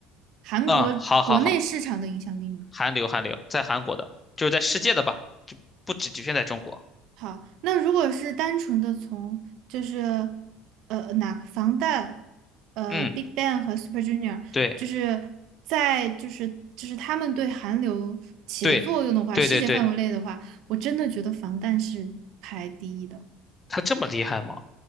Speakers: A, on the right; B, on the left.
A: 韩国国内市场的影响力吗？
B: 嗯，好好好，韩流韩流，在韩国的，就是在世界的吧，就不只局限在中国。
A: 好，那如果是单纯的从就是呃哪防弹呃
B: 嗯，
A: Big Bang 和 Super Junior，
B: 对
A: 就是在就是就是他们对韩流起的作用的话，
B: 对对对对，
A: 世界范围内的话，我真的觉得防弹是排第一的。
B: 他这么厉害吗？